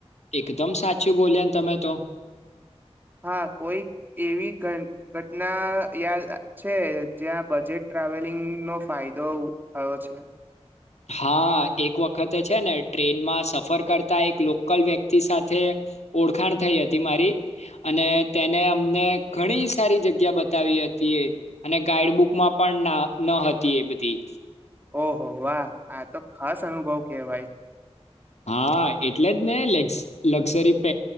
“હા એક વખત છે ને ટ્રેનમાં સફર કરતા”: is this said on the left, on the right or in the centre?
Left